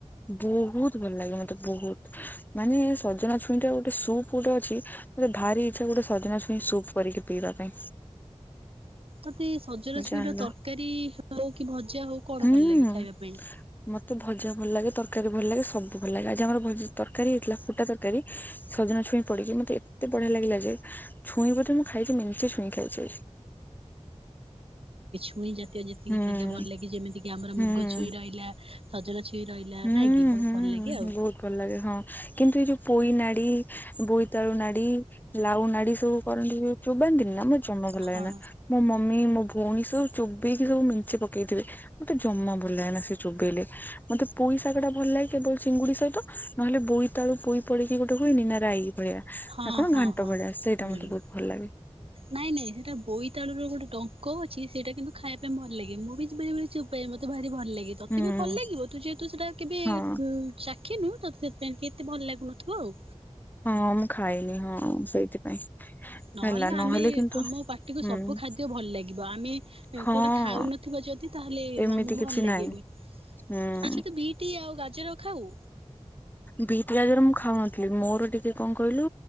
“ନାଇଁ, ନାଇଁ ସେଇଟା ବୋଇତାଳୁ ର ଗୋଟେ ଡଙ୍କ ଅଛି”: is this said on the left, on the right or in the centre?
Right